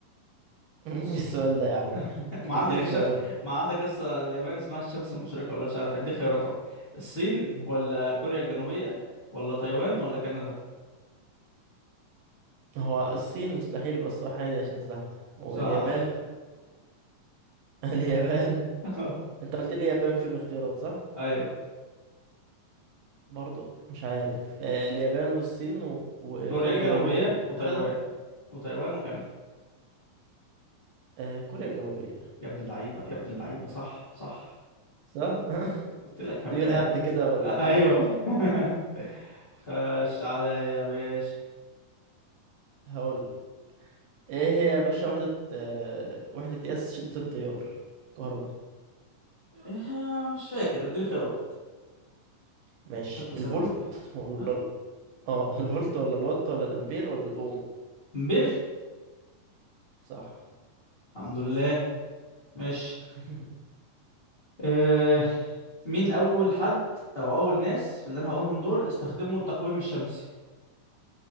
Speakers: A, on the right (about 75°); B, on the left (about 70°).
A: <laughs> ايه
B: س-
A: السؤال ده يا عم
B: <laughs> ما
A: طب
B: عندك
A: اديني
B: الش...
A: اختيارات
B: ما عندك لسه اليابان اسمها الشمس المشرقة ولا مش عارف ادي خيارات اهو الصين
A: <laughs>
B: ولا كوريا الجنوبية ولا تايوان ولا كندا
A: هو الصين مستحيل يبقى الصراحة دي عشان زحمة واليابان
B: صح
A: <laughs> اليابان
B: <laughs>
A: انت قلت لي اليابان في الاختيارات صح؟
B: ايوه
A: برضو مش عارف آه، اليابان والصين و- وكوريا
B: كوريا الجنوبية
A: وكندا
B: وتايوان وتايوان وكندا
A: آه، كوريا الجنوبية
B: يا ابن اللعيبة يا ابن اللعيبة صح صح
A: صح؟ <laughs>
B: قلت لك
A: دي
B: هبات
A: بالهبد كده
B: أ-
A: وال
B: ايوه
A: آه،
B: <laughs> خش عليا يا باشا
A: <laughs> هقول ايه هي يا باشا وحدة آه، وحدة قياس شدة التيار الكهربي
B: آه، مش فاكر اديني خيارات
A: ماشي
B: تالتة ثانوي
A: الفولت
B: دي
A: ولا
B: آه،
A: ال- اه <laughs> الفولت ولا الوات ولا الأمبير ولا الأوم
B: امبير
A: صح
B: الحمد لله
A: اسأل
B: ماشي
A: <laughs>
B: أه مين أول حد أو أول ناس في اللي أنا هقولهم دول استخدموا التقويم الشمسي